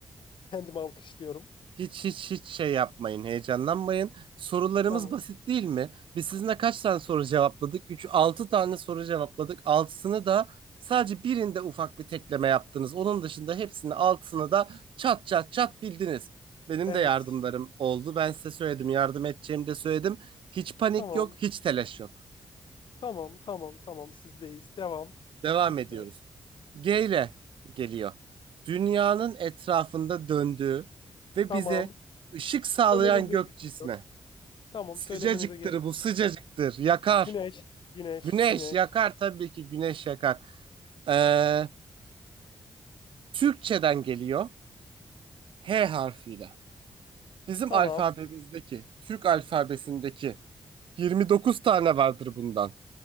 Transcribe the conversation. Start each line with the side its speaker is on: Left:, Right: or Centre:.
Left: kendimi alkışlıyorum.
Right: Hiç hiç hiç şey yapmayın, heyecanlanmayın. Sorularımız
Left: Tamam.
Right: basit değil mi? Biz sizinle kaç tane soru cevapladık? 3 6 tane soru cevapladık. Altısını da sadece birinde ufak bir tekleme yaptınız. Onun dışında hepsini altısını da çat çat çat bildiniz. Benim
Left: Evet.
Right: de yardımlarım oldu. Ben size söyledim, yardım edeceğimi de söyledim. Hiç panik
Left: Tamam.
Right: yok, hiç telaş yok.
Left: Tamam. Tamam. Tamam. Sizdeyiz. Devam.
Right: Devam
Left: Lütfen.
Right: ediyoruz. G ile geliyor. Dünyanın etrafında döndüğü ve
Left: Tamam.
Right: bize ışık sağlayan
Left: Söylemenize
Right: gök
Left: gerek
Right: cismi.
Left: yok. Tamam.
Right: Sıcacıktır
Left: Söylemenize gerek
Right: bu, sıcacıktır. Yakar.
Left: Güneş, güneş,
Right: Güneş
Left: güneş.
Right: yakar tabii ki güneş yakar. Ee, Türkçeden geliyor. H harfiyle. Bizim
Left: Tamam.
Right: alfabemizdeki, Türk alfabesindeki 29 tane vardır bundan.